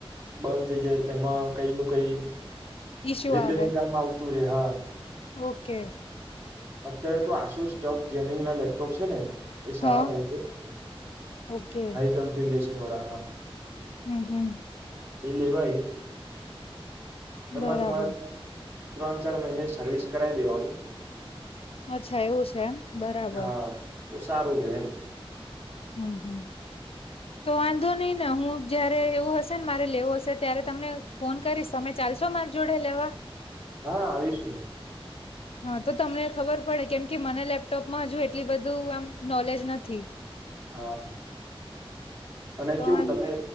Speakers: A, on the right; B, on the left.
A: બંધ થઈ જાય એમાં કઈ નું કઈ
B: ઈસ્યુ
A: રિપેરિંગ
B: આવે
A: કામ આવતું રે હા
B: ઓકે.
A: અત્યારે તો આશુશ સ્ટવ ગેમિંગ ના લેપટોપ છે ને એ સારા
B: હા
A: હોય છે,
B: ઓકે
A: હાઈ કન્ફીગેશન વાળા હા
B: હમ્મ હમ્મ
A: એ લેવાય એમાં
B: બરાબર
A: તમારે ત્રણ ચાર મહિને સર્વિસ કરાવી લેવાનું
B: અચ્છા એવું છે એમ બરાબર
A: હા તો સારું રે એમ
B: હમ્મ હમ્મ તો વાંધો નહી ને, હું જયારે એવું હશે ને મારે લેવું હશે ત્યારે તમને ફોન કરીશ તમે ચા ચાલશો માર જોડે લેવા?
A: હા આવીશુ
B: હા તો તમને ખબર પડે કેમ કે મને લેપટોપમાં હજુ એટલી બધું આમ નોલેજ નથી
A: હા અને
B: તો
A: કેવું
B: આમ
A: તમે